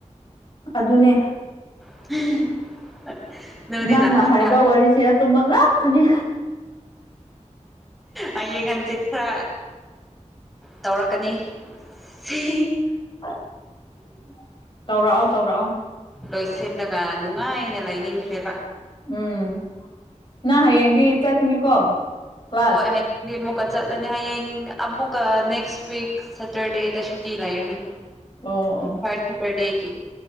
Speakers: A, on the left; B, in the centre.
A: ꯑꯗꯨꯅꯦ
B: <unintelligible>
A: ꯅꯪꯅ
B: ꯈꯔ
A: ꯍꯥꯏꯕ ꯋꯥꯔꯤꯁꯦ ꯑꯆꯨꯝꯕ ꯉꯥꯛꯇꯅꯤ
B: ꯍꯌꯦꯡ ꯍꯪꯆꯤꯠ ꯈꯔ ꯇꯧꯔꯛꯀꯅꯤ ꯁꯤꯍꯤꯍꯤ
A: <inaudible> ꯇꯧꯔꯛꯑꯣ
B: ꯂꯣꯏꯁꯤꯜꯂꯒ ꯅꯨꯡꯉꯥꯏꯅ ꯂꯩꯅꯤꯡꯈ꯭ꯔꯦꯕ
A: ꯎꯝ ꯅ ꯍꯌꯦꯡꯗꯤ ꯆꯠꯀꯅꯤꯀꯣ ꯀ꯭ꯂꯥꯁ
B: ꯍꯣꯏ ꯗꯗꯤ ꯑꯃꯨꯛꯀ ꯆꯠꯂꯅꯤ ꯍꯌꯦꯡ ꯑꯃꯨꯛꯀ ꯅꯦꯛꯁ ꯋꯤꯛ ꯁꯦꯇꯔꯗꯦꯗ ꯁꯨꯇꯤ ꯂꯩꯔꯅꯤ
A: ꯑꯣ ꯑꯣ
B: ꯊꯥꯔꯠ ꯁꯦꯇꯔꯗꯦꯒꯤ